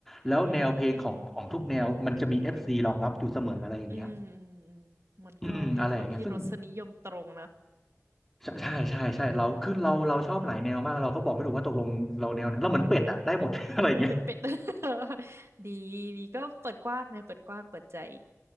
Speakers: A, in the centre; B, on the right (about 60°).
A: แล้วแนวเพลงของของทุกแนวมันจะมีเอฟซีรองรับอยู่เสมออะไรอย่างเงี้ย
B: อืมอืมอืมอืมมันก็มีคนที่รสนิยมตรงนะ
A: อืมอะไรอย่างเงี้ยซึ่งใช่ใช่ใช่ใช่เราคือเราเราชอบหลายแนวมากเราก็บอกไม่ถูกว่าตกลงเราแนวไหนเราเหมือนเป็ดอะได้หมด
B: อืม
A: <laughs> อะไรอย่างเงี้ย
B: เป็นเป็ด <laughs> ดีดีก็เปิดกว้างนะเปิดกว้างเปิดใจ